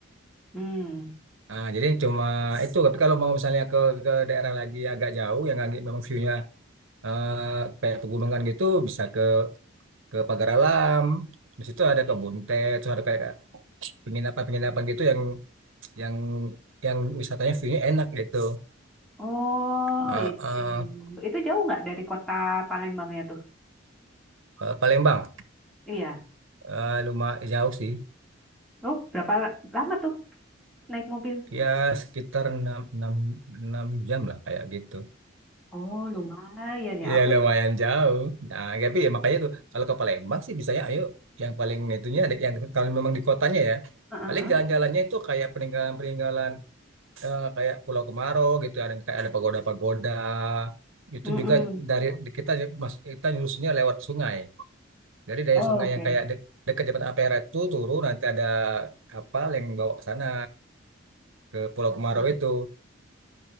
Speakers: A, in the centre; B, on the right (about 70°).
A: Hmm.
B: Ah, jadi cuma itu tapi kalau mau misalnya ke ke daerah lagi agak jauh yang agak memang view-nya eh, kayak pegunungan gitu bisa ke ke pagar alam di situ ada kebun teh terus ada kayak penginapan penginapan gitu yang yang yang wisatanya view-nya enak gitu
A: Oh,
B: Eh,
A: itu.
B: eh,
A: Itu jauh nggak dari kota Palembangnya tuh?
B: ke Palembang
A: Iya.
B: eh, lumayan jauh sih
A: Oh, berapa la- lama tuh? naik mobil.
B: ya sekitar enam enam enam jam lah kayak gitu
A: Oh, lumayan ya.
B: Iya
A: Aku
B: lumayan jauh. Nah, tapi ya makanya tuh kalau ke Palembang sih bisanya ayo yang paling itunya ada yang kalau memang di kotanya ya
A: Heeh,
B: paling
A: heeh.
B: jalan-jalannya itu kayak peninggalan-peninggalan eh, kayak Pulau Kemaro gitu ada kayak ada pagoda-pagoda itu
A: Mm-mm.
B: juga dari kita mas kita nyusunnya lewat sungai dari dari
A: Oh,
B: sungai
A: oke.
B: yang kayak de- dekat Jembatan Ampera itu turun nanti ada kapal yang bawa ke sana ke Pulau Kemarau itu